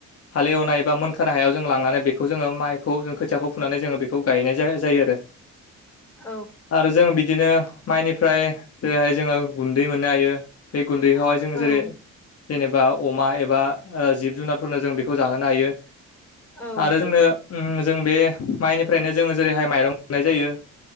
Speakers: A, on the left (about 55°); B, in the centre.
A: हालि एवनाय एबा मोनखानाय हायाव जों लांनानै बेखौ जोङो माइखौ जों खोथियाखौ फुनानै जोङो बेखौ गायनाय जाय जायो आरो
B: औ
A: आरो जों बिदिनो माइनिफ्राय जेरैहाय जोङो गुन्दै मोननो हायो बे गुन्दैखौहाय जों
B: औ
A: जेरै जेनेबा अमा एबा ओ जिब जुनारफोरनो जों बेखौ जाहोनो हायो
B: औ
A: आरो जोंनो उम जों बे माइनिफ्रायनो जोङो जेरैहाय माइरं मोननाय जायो